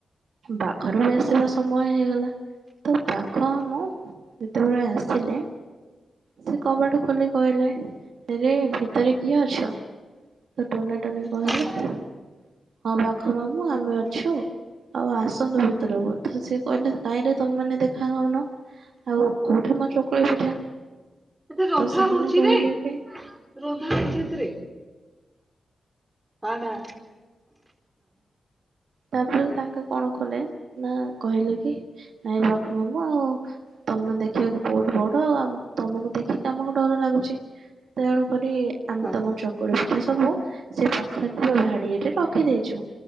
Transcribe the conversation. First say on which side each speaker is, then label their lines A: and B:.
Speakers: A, on the right; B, on the right.
A: ବାଙ୍ଘର ମେସ ସେଟା ସମୟ ହେଇଗଲା ତ ବାଘ ମାମୁଁ ଯେତେବେଳେ ଆସିଲେ ସେ କବାଟ ଖୋଲି କହିଲେରେ ଭିତରେ କିଏ ଅଛ ତ ଟୁନା ଟୁନି କହିଲେ
B: ହଁ।
A: ହଁ ବାଘ ମାମୁଁ ଆମେ ଅଛୁ ଆଉ ଆସନ୍ତୁ ଭିତରକୁ। ତ ସେ କହିଲେ କାଇଁଲେ ତମେ ଦେଖା ହଉନ ଆଉ କୋଉଠି ମୋ ଚକୁଳି ପିଠା?
B: ରନ୍ଧା
A: ତ ସେମାନେ
B: ହଉଛି
A: କହିଲେ
B: ରନ୍ଧା
A: କି
B: ହେଇଛି ସେଥିରେ। ହମା।
A: ତାପରେ ତାଙ୍କ କଣ କଲେ? ନା କହିଲେ କି ନାଇଁ <unintelligible> ଆଉ ତମେ ଦେଖିବାକୁ ବହୁତ ବଡ ଆଉ ତମକୁ ଦେଖିକି ଆାମକୁ ଡର ଲାଗୁଛି ତେଣୁ <unintelligible> ଆମେ
B: ହଁ
A: ତମ ଚକ ଏଥି ସବୁ ସେ ପାଖରେ ଥିବା ଭାଡିରେ। ରଖିଦେଇଚୁ।